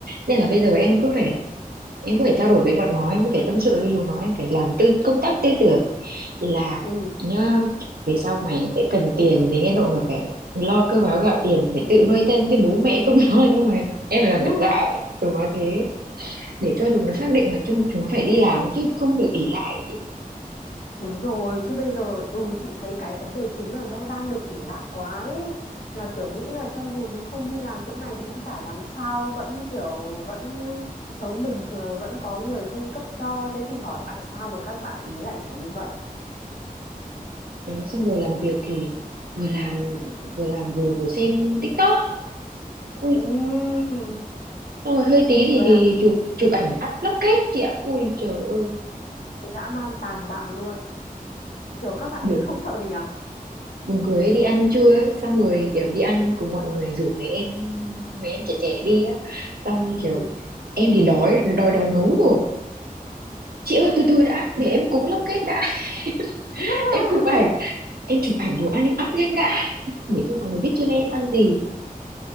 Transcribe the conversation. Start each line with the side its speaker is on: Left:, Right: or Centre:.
Right: Nên là bây giờ em cứ phải em cứ phải trao đổi với bọn nó, em cứ phải tâm sự với chúng nó, em phải làm tư công tác tư tưởng là
Left: ừ
Right: nhá, về sau mày sẽ cần tiền đến cái độ mà phải lo cơm áo gạo tiền, phải tự nuôi thân chứ bố mẹ không <laughs> lo đâu mày. Em phải làm
Left: <laughs>
Right: phải gạo chúng nó thế để cho chúng nó xác định là chúng, chúng nó phải đi làm chứ không được ỷ lại ấy chị.
Left: Đúng rồi, chứ bây giờ ừ chị thấy cái vấn đề chính là do đang được ỷ lại quá ấy. Là kiểu nghĩ là cho dù mình không đi làm chỗ này thì cũng chả làm sao, vẫn kiểu vẫn sống bình thường, vẫn có người cung cấp cho. Thế thì hỏi tại sao mà các bạn ý lại chả như vậy?
Right: Đấy, xong rồi làm việc thì vừa làm vừa làm vừa vừa xem TikTok. Ui
Left: Ừm,
Right: xong rồi hơi tí thì
Left: Vừa
Right: thì
Left: là
Right: chụp chụp ảnh up lóc kết chị ạ ui trời ơi
Left: dã man tàn bạo luôn. Kiểu các bạn
Right: buồn
Left: ấy không sợ gì nhở?
Right: buồn cười ấy, đi ăn trưa ấy xong rồi kiểu đi ăn cùng mọi người rủ mấy em mấy em trẻ trẻ đi á xong
Left: Ừ.
Right: kiểu em thì đói đói đói ngấu rồi chị ơi từ từ đã để em cúng lóc kết đã
Left: <laughs>
Right: <laughs> em chụp ảnh em chụp ảnh đồ ăn em up lên đã để cho mọi người biết trên em ăn gì